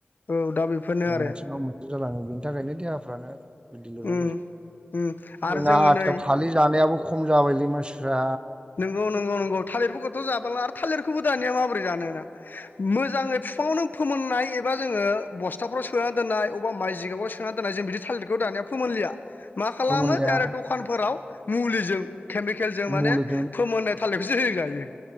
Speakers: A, on the left; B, on the right.
A: औ दा बेफोरनो
B: उनाव
A: आरो
B: मोनसे नङा मोनसे जालाङो बेनि थाखायनो देहाफ्रानो <unintelligible>
A: उम उम आरो
B: जोंना
A: जोङो
B: आथिया
A: नै
B: थालिर जानायाबो खम जाबायलै मानसिफ्रा।
A: नंगौ नंगौ नंगौ थालिरफोरखौथ' जा थालार आरो थालेरखौबो दानिया माबोरै जानोना? मोजाङै बिफाङावनो फोमोननाय एबा जोङो बस्थाफोराव सोनान दोननाय अबा माइ जिगाबाव सोना दोननाय जों बिदि थालिरखौ दानिया फोमोनलिया। मा खालामो
B: गोमोनलाया
A: दाइरेक्ट दखानफोराव मुलिजों केमिकेलजों माने
B: मुलिजों
A: फोमोनो थालेर खोसो जों जायो।